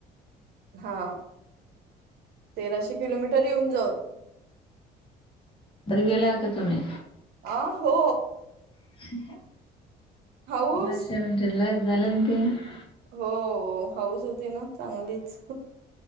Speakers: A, on the right (about 70°); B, on the left (about 30°).
A: हा. तेराशे किलोमीटर येऊन जाऊन.
B: तरी गेल्या होते तुम्ही?
A: आ हो.
B: <unintelligible> झालं
A: हाऊस
B: ना ते?
A: हो, हाऊस होती ना चांगलीच.